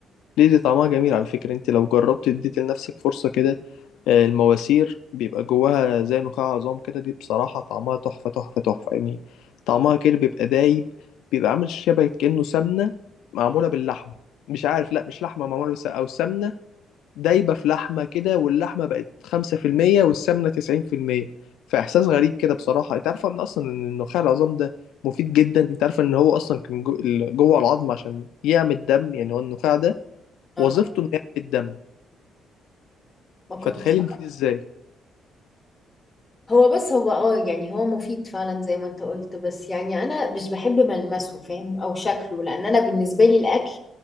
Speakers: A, on the left; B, on the left.
A: ليه دي طعمها جميل على فكرة أنت لو جربت اديت لنفسك فرصة كده آه، المواسير بيبقى جواها زي نخاع عظام كده دي بصراحة طعمها تحفة تحفة تحفة يعني طعمها كده بيبقى دايب بيبقى عامل شبه كأنه سمنة معمولة باللحمة مش عارف لا مش لحمة معمولة بس أو سمنة دايبه في لحمه كده واللحمه بقت 5% والسمنه 90% فاحساس غريب كده بصراحه انت عارفه ان اصلا ان النخاع العظام ده مفيد جدا انت عارفه ان هو اصلا كان جو- ال- جوه العظم عشان يعمل دم يعني هو النخاع ده
B: اه
A: وظيفته انه يعمل الدم
B: ما كنتش
A: فتخيلي مفيد ازاي
B: هو بس هو اه يعني هو مفيد فعلا زي ما انت قلت بس يعني انا مش بحب ملمسه فاهم او شكله لان انا بالنسبة لي الاكل